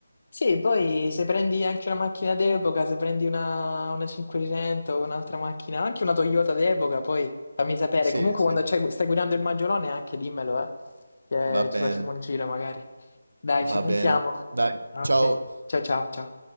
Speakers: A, on the left (about 40°); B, on the right (about 70°).
A: sì, poi se prendi anche una macchina d'epoca, se prendi una, una 500, un'altra macchina, anche una Toyota d'epoca, poi fammi sapere.
B: Sì,
A: Comunque
B: sì,
A: quando c'hai- stai guidando il Maggiolone anche dimmelo, eh, che
B: va bene,
A: ci facciamo un giro magari. Dai,
B: va
A: ci sentiamo.
B: bene. Dai,
A: Ok,
B: ciao.
A: ciao ciao ciao.